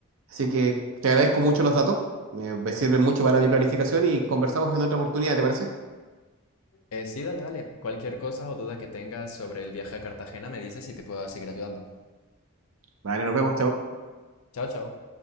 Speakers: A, on the right; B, on the left.
A: Así que te agradezco mucho los datos. Me, me sirven mucho para mi planificación y conversamos en otra oportunidad, ¿te parece?
B: Eh, sí, dale, dale. Cualquier cosa o duda que tengas sobre el viaje a Cartagena me dices y te puedo seguir ayudando.
A: Vale, nos vemos, chao.
B: Chao, chao.